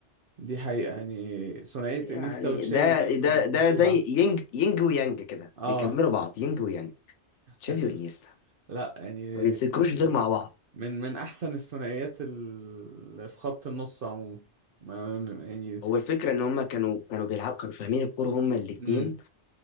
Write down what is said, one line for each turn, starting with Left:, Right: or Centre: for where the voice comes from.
Right: دي حقيقة يعني ثنائية
Left: يعني
Right: انيستا وتشافي
Left: ده
Right: دي كانت
Left: ده ده
Right: فظيعة
Left: زي ينج ينج ويانج كده
Right: اه
Left: بيكملوا بعض ينج ويانج تشافي
Right: <laughs>
Left: وانيستا
Right: لا يعني
Left: ما بيتذكروش غير مع بعض
Right: من من احسن الثنائيات اللي في خط النص عموما ما- ما- يعني
Left: هو الفكره ان هم كانوا كانوا بيلعبوا كانوا فاهمين الكوره هم الاثنين
Right: امم